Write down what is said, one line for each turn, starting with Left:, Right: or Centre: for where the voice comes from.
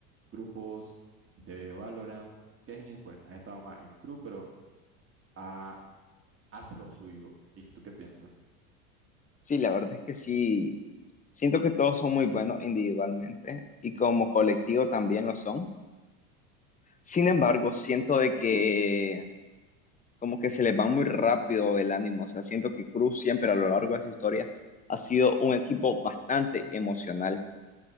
Right: grupos de Valorant. Kenny, pues, ha estado más en crew, pero ha- hace lo suyo. ¿Y tú qué piensas?
Left: Sí, la verdad es que sí, siento que todos son muy buenos individualmente y como colectivo también lo son. Sin embargo, siento de que como que se les va muy rápido el ánimo, o sea, siento que Cruz siempre a lo largo de su historia ha sido un equipo bastante emocional,